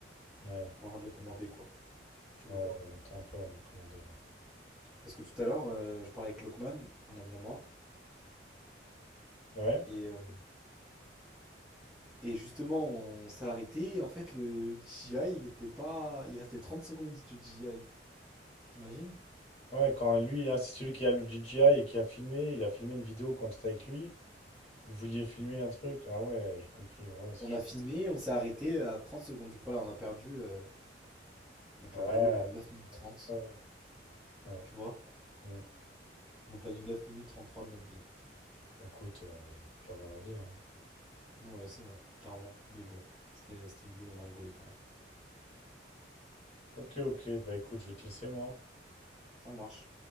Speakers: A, on the left; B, in the centre.
A: Ouais,
B: pour avant de le commander, quoi. Tu
A: ouais,
B: vois.
A: ouais. Attends un peu avant de le commander.
B: Parce que tout à l'heure, euh, je parlais avec Lokman, un ami à moi,
A: Ouais.
B: et, euh, et justement, on s'est arrêté. et en fait, le DJI, il était pas. Il restait 30 secondes du DJI. T'imagines?
A: Ouais, Ouais, quand lui, ah, c'est celui qui a le DJI et qui a filmé, il a filmé une vidéo quand t'étais avec lui. Vous vouliez filmer un truc? Ah ouais, j'ai compris. Ouais, c'est
B: On
A: chou.
B: a filmé, on s'est arrêté à 30 secondes. Du coup, voilà, on a perdu, euh, on a
A: Ouais,
B: perdu euh, 9 minutes 30.
A: ouais, ouais.
B: Tu vois?
A: Mm.
B: On a perdu 9 minutes 33 de notre vie.
A: Écoute, euh, pire dans la vie. hein.
B: Ouais, c'est vrai, clairement. Mais bon, c'était c'était rigolo, on a rigolé quand même.
A: Ok, ok, bah écoute, je vais te laisser moi.
B: Ça marche.